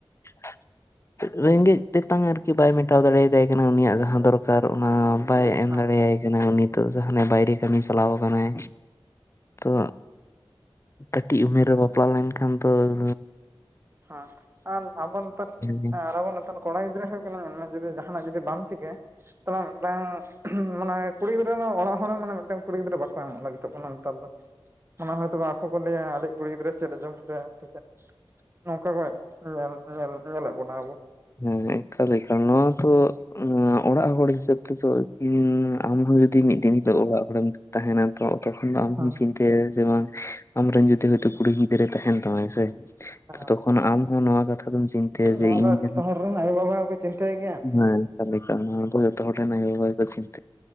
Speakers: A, on the left; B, on the right.
A: ᱼᱼ ᱨᱮᱸᱜᱮᱡ ᱛᱮᱛᱟᱝ ᱟᱨᱠᱤ ᱵᱟᱭ ᱢᱮᱴᱟᱣ ᱫᱟᱲᱮᱭᱟᱛᱟᱭ ᱠᱟᱱᱟ ᱩᱱᱤᱭᱟᱜ ᱡᱟᱦᱟᱸ ᱫᱚᱨᱠᱟᱨ ᱚᱱᱟ ᱼᱼ ᱵᱟᱭ ᱮᱢ
B: ᱦᱮᱸ
A: ᱫᱟᱲᱮᱭᱟᱭ ᱠᱟᱱᱟ ᱱᱤᱛᱚᱜ ᱫᱚ ᱦᱟᱱᱮ ᱵᱟᱭᱨᱮ ᱠᱟᱹᱢᱤ ᱪᱟᱞᱟᱣ ᱠᱟᱱᱟᱭ ᱾ ᱛᱚ ᱠᱟᱹᱴᱤᱡ ᱩᱢᱮᱨ ᱨᱮ ᱵᱟᱯᱞᱟ ᱞᱮᱱᱠᱷᱟᱱ ᱫᱚ ᱼᱼ
B: ᱦᱮᱸ ᱟᱨ ᱟᱵᱚ ᱱᱮᱛᱟᱨ
A: ᱜᱮᱭᱟ
B: <unintelligible> <unintelligible> ᱠᱚᱲᱟ ᱜᱤᱫᱽᱨᱟᱹ ᱦᱩᱭᱩᱜ ᱠᱟᱱᱟ ᱧᱮᱞ ᱢᱮ ᱡᱩᱫᱤ ᱡᱟᱦᱟᱱᱟᱜ ᱡᱩᱫᱤ ᱵᱟᱢ ᱪᱤᱠᱟᱹᱭᱟ ᱼᱼ ᱛᱟᱦᱞᱮ ᱢᱤᱫᱴᱟᱝ ᱢᱟᱱᱮ ᱠᱩᱲᱤ ᱜᱤᱫᱽᱨᱟᱹ ᱦᱚᱸ ᱚᱲᱟᱜ ᱦᱚᱲ ᱢᱟᱱᱮ ᱢᱤᱫᱴᱟᱝ ᱠᱩᱲᱤ ᱜᱤᱫᱽᱨᱟᱹ ᱵᱟᱠᱚ ᱮᱢᱚᱜᱽ ᱞᱟᱹᱜᱤᱫᱚᱜᱽ ᱠᱟᱱᱟ ᱱᱮᱛᱟᱨ ᱫᱚ᱾ ᱚᱱᱟ ᱦᱚᱭᱛᱳ ᱟᱠᱚ ᱠᱚ ᱞᱟᱹᱭᱟ ᱟᱞᱮᱭᱤᱡ ᱠᱩᱲᱤ ᱜᱤᱫᱽᱨᱟᱹ ᱪᱮᱫ ᱮ ᱡᱚᱢ ᱦᱚᱪᱚᱭᱮᱭᱟ ᱥᱮ ᱪᱮᱫ? ᱱᱚᱝᱠᱟ ᱜᱮ ᱧᱮᱞ ᱧᱮᱞ ᱧᱮᱞᱮᱫ ᱵᱚᱱᱟ ᱟᱵᱚ ᱾
A: ᱦᱮᱸ <unintelligible> ᱱᱚᱣᱟ ᱫᱚ ᱚᱲᱟᱜ ᱦᱚᱲ ᱦᱤᱥᱟᱹᱵ ᱛᱮᱫᱚ ᱼᱼ ᱟᱢᱦᱚᱸ ᱡᱩᱫᱤ ᱢᱤᱫ ᱫᱤᱱ ᱦᱤᱞᱳᱜ ᱚᱲᱟᱜ ᱦᱚᱲ ᱮᱢ ᱛᱟᱦᱮᱱᱟ ᱛᱚ ᱛᱚᱠᱷᱚᱱ ᱫᱚ ᱟᱢ
B: ᱦᱮᱸ
A: ᱦᱚᱢ ᱪᱤᱱᱛᱟᱹᱭᱟ ᱾ ᱡᱮᱢᱚᱱ ᱟᱢᱨᱮᱱ ᱡᱩᱫᱤ ᱦᱚᱭᱛᱳ ᱠᱩᱲᱤ ᱜᱤᱫᱽᱨᱟᱹ ᱛᱟᱦᱮᱱ ᱛᱟᱢᱟᱭ ᱥᱮ
B: ᱦᱮᱸ
A: ᱛᱚᱠᱷᱚᱱ ᱟᱢ ᱦᱚᱸ ᱱᱚᱣᱟ ᱠᱟᱛᱷᱟ ᱼᱼ ᱟᱫᱚᱢ ᱪᱤᱱᱛᱟᱹᱭᱟ ᱡᱮ
B: ᱱᱚᱣᱟ ᱫᱚ
A: ᱤᱧ ᱼᱼ
B: ᱡᱚᱛᱚ ᱦᱚᱲ ᱨᱮᱱ ᱟᱭᱳᱼᱵᱟᱵᱟ ᱦᱚᱸᱠᱚ ᱪᱤᱱᱛᱟᱹᱭ ᱜᱮᱭᱟ ᱾
A: ᱦᱮᱸ ᱛᱟᱦᱞᱮ ᱠᱷᱟᱱ ᱫᱚ ᱡᱚᱛᱚ ᱦᱚᱲ ᱨᱮᱱ ᱟᱭᱳᱼᱵᱟᱵᱟ ᱜᱮᱠᱚ <unintelligible>